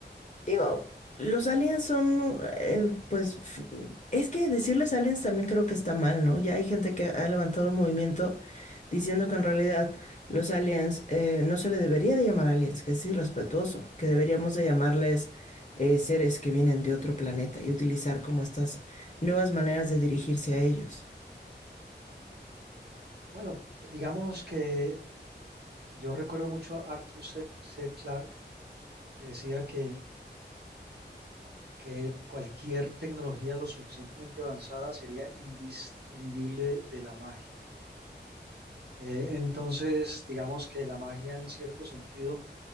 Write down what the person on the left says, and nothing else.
digo, los aliens son, eh, pues, f- es que decirles aliens también creo que está mal, ¿no? Ya hay gente que ha levantado un movimiento diciendo que en realidad los aliens eh, no se le debería de llamar aliens, que es irrespetuoso, que deberíamos de llamarles eh, seres que vienen de otro planeta y utilizar como estas nuevas maneras de dirigirse a ellos.